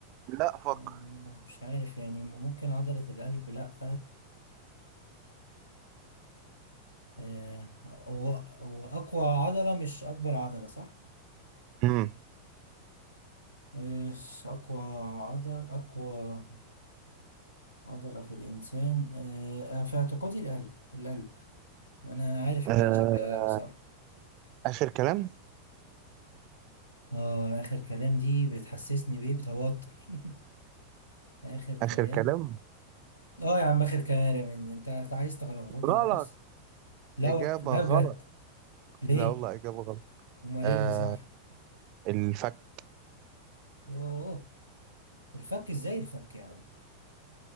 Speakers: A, on the right; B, on the left.
A: لا فكر
B: آه، مش عارف يعني ممكن عضلة القلب لأ آه، هو هو أقوى عضلة مش أكبر عضلة صح؟
A: امم
B: آه، أقوى عضل أقوى عضلة في الإنسان آه، أنا في اعتقادي القلب القلب أنا عارف
A: أه
B: إن هي شكلها إجابة صح
A: آخر كلام
B: آه آخر كلام دي بتحسسني بإيه بتوتر <laughs> آخر كلام
A: آخر كلام
B: آه يا عم آخر كلام أنت أنت عايز تلخبطني
A: غلط
B: وخلاص لا
A: إجابة
B: لا
A: غلط
B: بجد ليه
A: لا والله إجابة غلط
B: امال
A: أه
B: ايه اللي صح
A: الفك
B: يوه الفك ازاي الفك يا عم